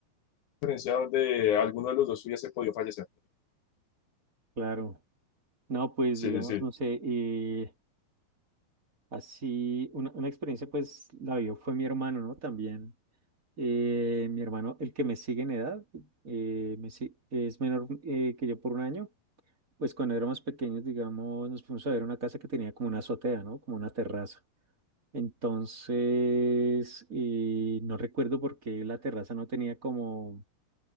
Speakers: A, on the left; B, on the right.
A: experiencia donde alguno de los dos hubiese podido fallecer.
B: Claro. No, pues
A: Sí,
B: digamos,
A: sí, sí,
B: no sé, eh, así una, una experiencia pues la vio fue mi hermano, ¿no? También. Eh, mi hermano, el que me sigue en edad, eh, me si- es menor eh, que yo por un año. Pues cuando éramos pequeños, digamos, nos fuimos a ver una casa que tenía como una azotea, ¿no? Como una terraza. Entonces, eh, no recuerdo por qué la terraza no tenía como,